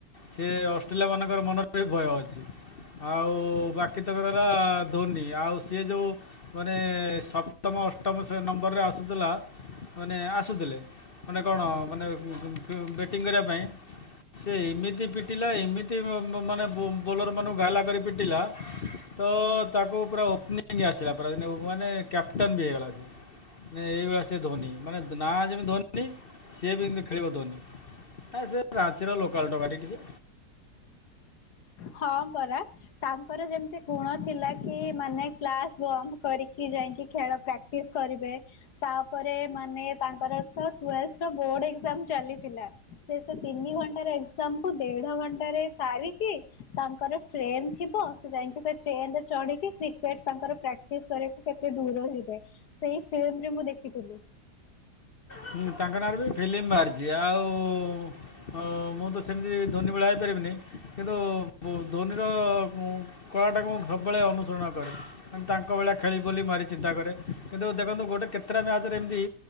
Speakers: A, on the left; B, on the left.
A: ସେ ଅଷ୍ଟ୍ରେଲିଆ ମାନଙ୍କର ମନରେ ବି ଭୟ ଅଛି ଆଉ ବା କି ତକ ରଇଲା ଧୋନି ଆଉ ସିଏ ଯୋଉ ମାନେ ସପ୍ତମ ଅଷ୍ଟମ ସେ ନମ୍ବରରେ ଆସୁଥିଲା ମାନେ ଆସୁଥିଲେ ମାନେ କଣ ମାନେ ଉଁ ବେଟିଂ କରିବା ପାଇଁ ସେ ଏମିତି ପିଟିଲା ଏମିତି ବ ମ ମାନେ ବୋଲର ମାନଙ୍କୁ ଗାଲା କରି ପିଟିଲା ତ ତାକୁ ପୁରା ଓପନିଂ ଆସିଲା ପୁରା ଯେ ମାନେ କ୍ୟାପଟନ ବି ହେଇଗଲା ସେ। ମାନେ ଏଇଭଳିଆ ସେ ଧୋନି ମାନେ ନାଁ ଯେମିତି ଧୋନି ସିଏ ବି ଏମିତି ଖେଳିବ ଧୋନି। ଆ ସେ ରାଞ୍ଚିର ଲୋକାଲ ଟୋକା ଟି ସେ।
B: ହଁ ପରା। ତାଙ୍କର ଯେମିତି ଗୁଣ ଥିଲା କି ମାନେ କ୍ଲାସ ବନ୍ଦ୍ କରିକି ଯାଇଁକି ଖେଳ ପ୍ରାକ୍ ଟିସ୍ କରିବେ। ତାପରେ ମାନେ ତାଙ୍କର ତ ଟ୍ୱେଲ୍ଥର ବୋଡ ଏକ୍ଜାମ୍ ଚାଲିଥିଲା ସେ ସେ ତିନି ଘଣ୍ଟାରେ ଏକ୍ଜାମ କୁ ଦେଢ ଘଣ୍ଟାରେ ସାରିକି ତାଙ୍କର ଟ୍ରେନ ଥିବ ସେ ଯାଇକି ସେ ଟ୍ରେନ ରେ ଚଢିକି କ୍ରିକେଟ ତାଙ୍କର ପ୍ରାକ୍ ଟିସ କରୀଆକୁ କେତେ ଦୂର ଯିବେ ସେଇ ଫିଲ୍ମରେ ମୁଁ ଦେଖିଥିଲି।
A: ହୁଁ ତାଙ୍କ ନାଁରେ ବି ଫିଲ୍ମ ବାହାରିଚି ଆଉ ଉଁ ଅ ମୁଁ ତ ସେମିତି ଧୋନି ଭଳିଆ ହେଇପାରିବିନି କିନ୍ତୁ ଧୋନିର କୁଂ କଳାଟାକୁ ମୁଁ ସବୁବେଳେ ଅନୁସରଣ କରେ। ଆମ ତାଙ୍କ ଭଳିଆ ଖେଳି ବୋଲି ମାରି ଚିନ୍ତା କରେ କିନ୍ତୁ ଦେଖନ୍ତୁ ଗୋଟେ କେତଟା ମ୍ୟାଚ୍ ରେ ଏମିତି